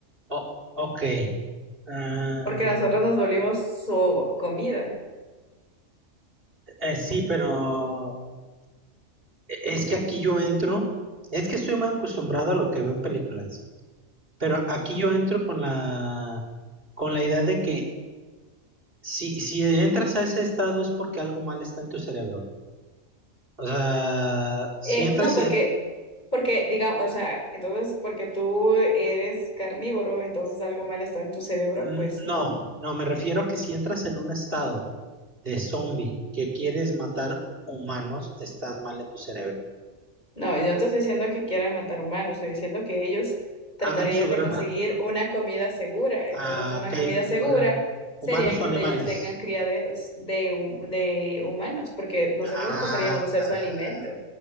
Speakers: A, on the right (about 45°); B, on the left (about 35°).
A: Oh, ok. Ah,
B: porque nosotros nos volvimos su comida.
A: eh, sí, pero eh, es que aquí yo entro, es que estoy más acostumbrado a lo que veo en películas, pero aquí yo entro con la, con la idea de que si, si entras a ese estado es porque algo mal está en tu cerebro. O sea, si
B: Eh,
A: entras
B: no, porque,
A: en,
B: porque, digamos, o sea, entonces, porque tú eres carnívoro, entonces algo mal está en tu cerebro,
A: mm,
B: pues no.
A: no, no, me refiero a que si entras en un estado de zombie que quieres matar humanos, estás mal en tu cerebro.
B: No, yo no te estoy diciendo que quieran matar humanos, estoy diciendo que ellos tratarían
A: hagan su
B: de
A: granja
B: conseguir una comida segura. Entonces,
A: a
B: una
A: que
B: comida segura
A: fueran
B: sería
A: humanos
B: que
A: o animales.
B: te- ellos tengan criaderos de, hu- de humanos, porque nosotros
A: Ah,
B: pasaríamos de ser
A: ah.
B: su alimento.